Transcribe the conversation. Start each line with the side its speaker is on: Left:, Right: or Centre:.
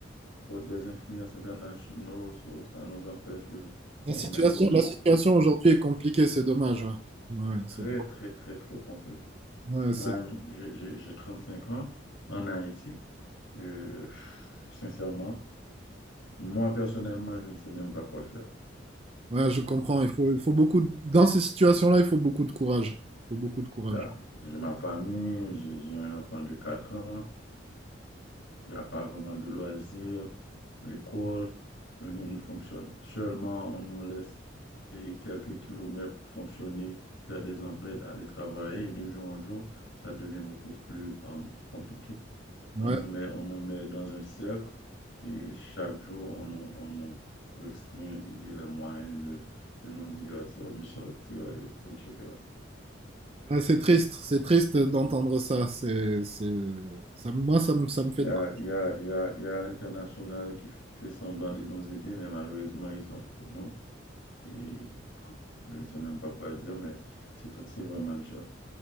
Left: faute des influences internationaux, ça ça nous empêche de nous-mêmes
Right: La situation,
Left: de
Right: la situation aujourd'hui est compliquée, c'est dommage. Ouais, ouais, ouais, c'est,
Left: très, très, très, très compliqué.
Right: ouais, c'est-
Left: Moi, j'ai j'ai- j'ai 35 ans en Haïti. Euh, pff, sincèrement, moi personnellement, je ne sais même pas quoi faire.
Right: ouais, je comprends. Il faut, il faut beaucoup, de- dans ces situations-là, il faut beaucoup de courage. Il faut beaucoup de courage.
Left: Là, j'ai ma famille, j'ai j'ai un enfant de 4 ans, il n'y a pas vraiment de loisirs, l'école, rien ne fonctionne. Seulement, on nous laisse et quelques kilomètres pour fonctionner, faire des emplettes, aller travailler, et de jour en jour, ça devient beaucoup plus euh, compliqué. On
Right: Ouais.
Left: nous met, on nous met dans un cercle et chaque jour, on nous, on nous restreint les moyens de, de nous divertir, de sortir, et- etc.
Right: Ouais, c'est triste, c'est triste d'entendre ça. C'est, c'est, ça, moi, ça me, ça me fait
Left: Il y
Right: de
Left: a,
Right: la...
Left: il y a, il y a, il y a l'international qui fait semblant de nous aider, mais malheureusement, ils s'en foutent de nous. Et je ne sais même pas quoi dire, mais c'est tr- c'est vraiment dur.